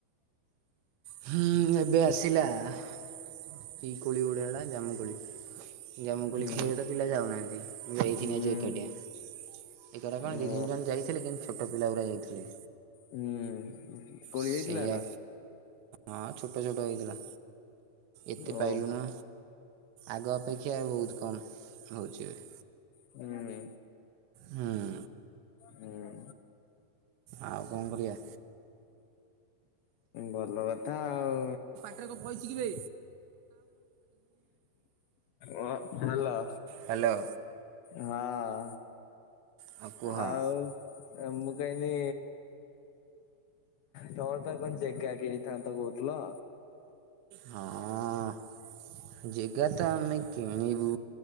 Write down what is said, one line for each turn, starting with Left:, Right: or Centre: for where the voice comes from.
Right: ହୁଁ ଏବେ ଆସିଲା ଏ କୋଳି ଗୁଡ଼େ ହେଡ଼ା ଜାମୁକୋଳି। ଜାମୁ କୋଳି
Left: ହୁଁ
Right: ଖାଇବା ଟା ପିଲା ଯାଉନାହାନ୍ତି ମୁଁ ଯାଇଥିଲି
Left: ହୁଁ
Right: ଏକାଠିଆ। ଏଟା କଣ
Left: ଓ
Right: ଦିଇ ତିନି ଜଣ ଯାଇଥିଲେ କିନ୍ତୁ ଛୋଟ ପିଲା ଗୋରା ଯାଇଥିଲେ।
Left: ହୁଁ କୋଳି
Right: ସେୟା
Left: ହେଇଥିଲା ନା
Right: ହଁ ଛୋଟ ଛୋଟ ହେଇଥିଲା। ଏତେ
Left: ଓହୋ
Right: ପାଇଲୁନୁ ଆଗ ଅପେକ୍ଷା ବହୁତ କମ୍ ହେଉଛି ଏବେ।
Left: ହୁଁ।
Right: ହୁଁ।
Left: ହୁଁ।
Right: ଆଉ କଣ କରିଆ?
Left: ଭଲ କଥା ଆଉ।
Right: ରେ କ ଫଇଚି କିିବେ
Left: <inaudible> ଅ ହେଲା।
Right: ହ୍ୟାଲୋ।
Left: ହଁ,
Right: ହଁ କୁହ ହଁ।
Left: ଆଉ ଆ ମୁ କାଇନି ତମର ପା କଣ ଚେ କାଗେ ହେଇଥାନ୍ତ କହୁଥିଲ।
Right: ହଁ। ଜେଗା ତ ଆମେ କିଣିବୁ